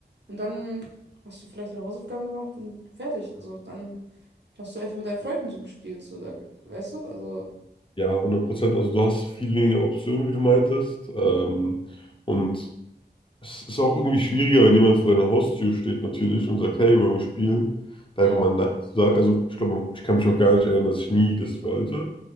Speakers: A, on the right (about 75°); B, on the left (about 30°).
A: und dann hast du vielleicht deine Hausaufgaben gemacht und fertig. Also dann hast du einfach mit deinen Freunden so gespielt, so da, weißt du? Also
B: ja, 100 Prozent, also du hast viel weniger Optionen, wie du meintest ähm, und Es ist auch irgendwie schwieriger, wenn jemand vor deiner Haustür steht natürlich und sagt, hey, wollen wir spielen? Da
A: Ja.
B: einfach mal Nein zu sagen. Also ich glaube, ich kann mich auch gar nicht erinnern, dass ich nie das wollte.